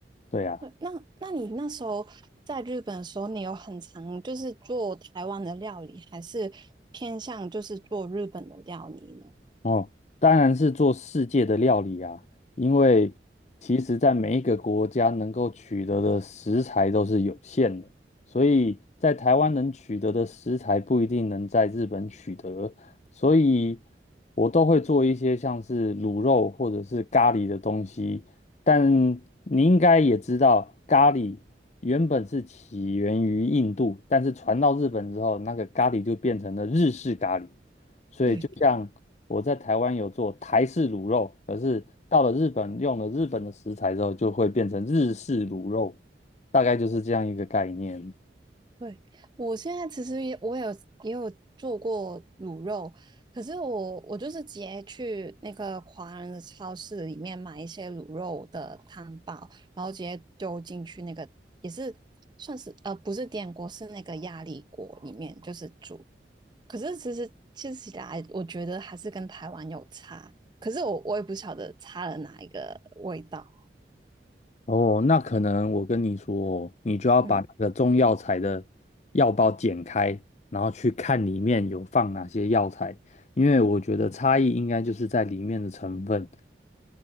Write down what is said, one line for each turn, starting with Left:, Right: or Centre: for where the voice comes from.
Left: 对啊，
Right: 对，那那你那时候在日本的时候，你有很常就是做台湾的料理，还是偏向就是做日本的料理呢？
Left: 哦，当然是做世界的料理啊，因为其实在每一个国家能够取得的食材都是有限的，所以在台湾能取得的食材不一定能在日本取得，所以我都会做一些像是卤肉或者是咖喱的东西。但你应该也知道，咖喱原本是起源于印度，但是传到日本之后，那个咖喱就变成了日式咖喱。所以就像我在台湾有做台式卤肉，
Right: 对。
Left: 可是到了日本用了日本的食材之后，就会变成日式卤肉，大概就是这样一个概念。
Right: 对，我现在其实也我有也有做过卤肉，可是我我就是直接去那个华人的超市里面买一些卤肉的汤包，然后直接丢进去那个也是算是呃不是电锅，是那个压力锅里面就是煮。可是其实吃起来，我觉得还是跟台湾有差，可是我我也不晓得差了哪一个味道。
Left: 哦，那可能我跟你说哦你就要把那个中药材的药包剪开，
Right: 嗯。
Left: 然后去看里面有放哪些药材，因为我觉得差异应该就是在里面的成分。